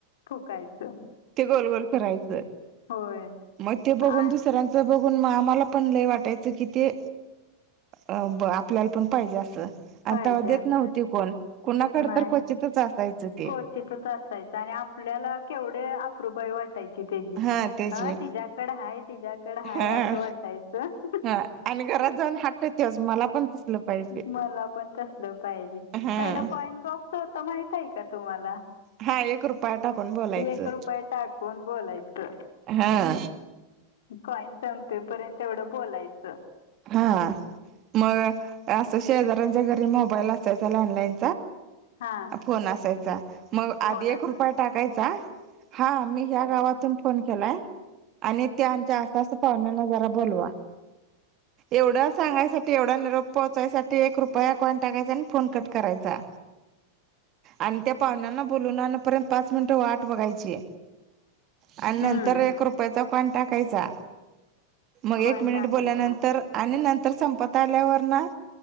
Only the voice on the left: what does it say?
फुकायचं.
होय
आ
पाहिजे
असं
नाही
क्वचितच असायचं आणि आपल्याला केवढे अपरुबाई वाटते वाटायची तेजी
ह तिच्या्याकड हाय तिच्या्याकड हाय
असं वाटायचं.
मला पण तसलं पाहिजे
पहिला कॉइन बॉक्स होत माहित आहे का तुम्हाला
एक रुपय टाकून बोलायचं.
कॉईन संपेपर्यंत एवढं बोलायचं
हा
फोनात
हम्म
कॉइन
टाकायचा